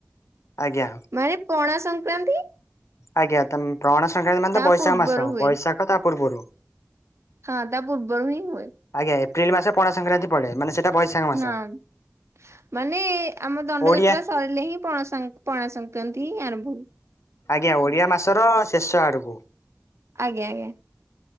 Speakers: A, on the left; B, on the right.
A: ଆଜ୍ଞା
B: ମାନେ ପଣା ସଂକ୍ରାନ୍ତି
A: ଆଜ୍ଞା ତ ମ୍ ପଣା ସଂକ୍ରାନ୍ତି ମାନେ
B: ତା
A: ତ ବୈଶାଖ
B: ପୂର୍ବରୁ
A: ମାସ
B: ହୁଏ
A: ବୈଶାଖ ତା ପୂର୍ବୁରୁ।
B: ହଁ ତା ପୂର୍ବରୁ ହିଁ ହୁଏ।
A: ଆଜ୍ଞା ଏପ୍ରିଲ ମାସରେ ପଣା ସଂକ୍ରାନ୍ତି ପଡେ ମାନେ ସେଇଟା ବୈଶାଖ ମାସ।
B: ହଁ ମାନେ ଆମ ଦଣ୍ଡଯାତ୍ରା
A: ଓଡିଆ
B: ସରିଲେ ହିଁ ପଣା ସଂ ପଣା ସଂକ୍ରାନ୍ତି ଆରମ୍ଭ ହୁ
A: ଆଜ୍ଞା ଓଡିଆ ମାସର ଶେଷ ଆଡୁକୁ।
B: ଆଜ୍ଞା ଆଜ୍ଞା